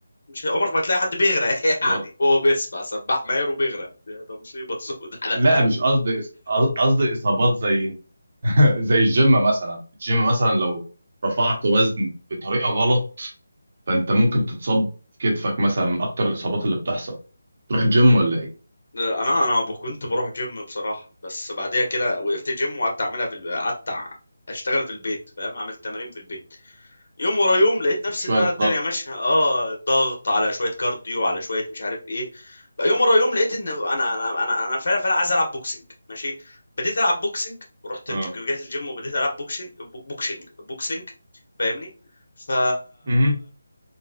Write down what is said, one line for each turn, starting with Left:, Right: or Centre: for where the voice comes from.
Left: مش عمرك ما تلاقي حد بيغرق <laughs> يعني
Right: يقعد-
Left: هو بيسبح سباح ماهر وبيغرق ده ده مصيبه سود على
Right: لا مش قصدي إص- قصدي اصابات زي <laughs> زي الجيم مثلا الجيم مثلا لو رفعت وزن بطريقه غلط فانت ممكن تتصاب في كتفك مثلا من اكتر الاصابات اللي بتحصل تروح الجيم ولا ايه
Left: آه، انا انا ب- كنت بروح جيم بصراحه بس بعديها كده وقفت جيم وقعدت اعملها في ال- قعدت ع- اشتغل في البيت فاهم اعمل تمارين في البيت يوم ورا يوم لقيت نفسي
Right: شويه
Left: ان انا الدنيا
Right: ضغط
Left: ماشيه اه ضغط على شويه كارديو على شويه مش عارف ايه بقى يوم ورا يوم لقيت ان انا انا انا انا فعلا فعلا عايز العب بوكسنج ماشي بديت العب بوكسنج ورحت ال-
Right: آه.
Left: رجعت الجيم وبديت العب بوكسنج بوكسنج بوكسنج فاهمني ف
Right: امم